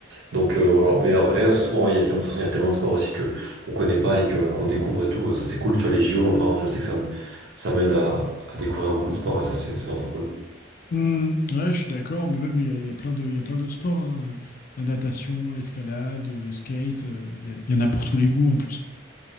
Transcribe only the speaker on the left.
Hmm, ouais, je suis d'accord, mais même il y a, il y a plein de, il y a plein d'autres sports. hein. La natation, l'escalade, le skate, euh, il y, a- il y en a pour tous les goûts en plus.